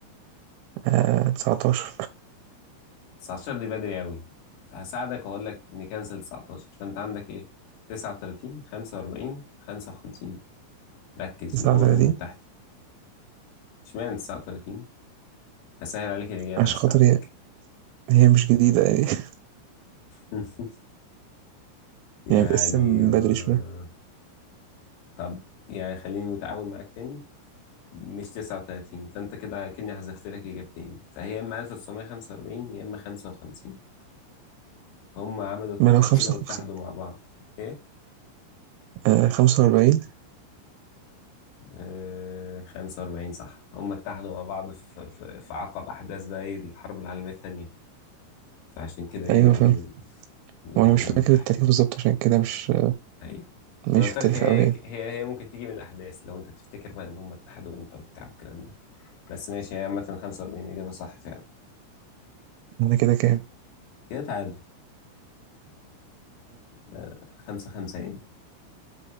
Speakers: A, on the right; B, on the left.
A: آه تسعتاشر
B: 19 دي بدري قوي فهساعدك واقول لك نكنسل 19 فانت عندك ايه 39 45 55 ركز
A: تسعة
B: الامم
A: وتلاتين
B: المتحده اشمعنى 39 هسهل عليك الإجابة
A: عشان
B: هساعدك
A: خاطر هي هي مش جديدة يعني <laughs>
B: <laughs> يعني
A: يعني متقسم من
B: آه،
A: بدري شوية
B: طب يعني خليني متعاون معاك تاني مش 39 فأنت كده كأني حذفت لك إجابتين فهي يا إما 1945 يا إما 55 هم عملوا اتحاد
A: ما لو خمسة
B: كده واتحدوا
A: خمسة
B: مع بعض إيه؟
A: آه خمسة وأربعين
B: آه 45 صح هم اتحدوا مع بعض في, في, في عقب أحداث بقى إيه الحرب العالمية التانية فعشان كده إيه
A: أيوة
B: عملوا
A: فاهم
B: الأمم
A: وأنا مش فاكر
B: المتحدة
A: التاريخ بالظبط عشان كده مش
B: ايوه
A: مش
B: ما أنا قلت
A: في التاريخ
B: لك هي
A: أوي يعني
B: هي هي ممكن تيجي من الاحداث لو انت تفتكر بقى ان هم اتحدوا امتى وبتاع والكلام ده بس ماشي هي عامة 45 اجابة صح فعلا
A: أنا كده كام؟
B: كده تعادل آه، خمسة خمسة يعني